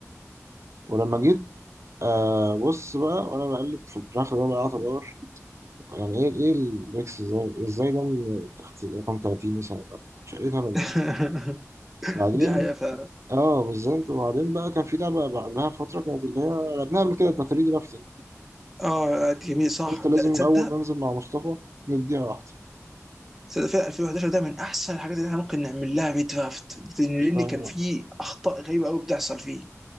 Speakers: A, on the right; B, in the centre.
A: ولما جيت آه بص بقى وأنا بقلب في الدرافت ده بقى قعدت أدور يعني إيه إيه الميكس إزاي إزاي ده من تحت رقم 30 مثلا مش عارف إيه الهبل
B: <laughs>
A: وبعدين
B: دي حقيقة فعلا
A: اه بالظبط وبعدين بقى كان في لعبة بقى فترة كانت اللي هي لعبناها قبل كده بتاع 3 درافتنج
B: اه دي جميل صح
A: قلت لازم
B: ده تصدق
A: أول ما أنزل مع مصطفى نديها واحدة
B: تصدق فعلا 2011 ده من احسن الحاجات اللي احنا ممكن نعمل لها ريدرافت لان
A: مش فاهم
B: كان
A: بقى
B: فيه اخطاء غريبة قوي بتحصل فيه